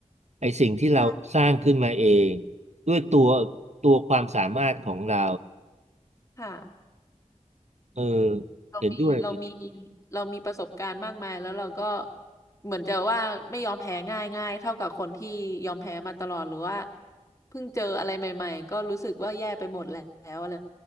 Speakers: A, on the right; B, on the left.
A: ไอสิ่งที่เราสร้างขึ้นมาเอง
B: ใช่
A: ด้วยตัวตัวความสามารถของเรา
B: ค่ะ
A: เออ
B: เรามีเรามี
A: เห็นด้วย
B: เรามีประสบการณ์มากมายแล้วเราก็เหมือนจะว่าไม่ยอมแพ้ง่ายง่ายเท่ากับคนที่ยอมแพ้มาตลอดหรือว่าเพิ่งเจออะไรใหม่ๆก็รู้สึกว่าแย่ไปหมดแล้วอะไร